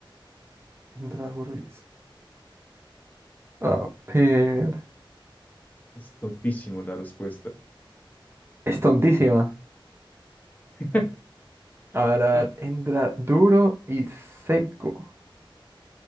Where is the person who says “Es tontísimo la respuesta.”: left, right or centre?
Left